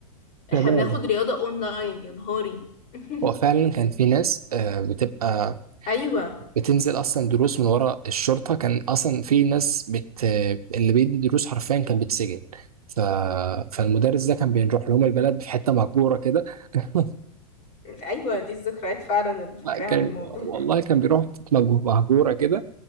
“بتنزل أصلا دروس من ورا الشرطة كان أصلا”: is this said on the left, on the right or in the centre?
Right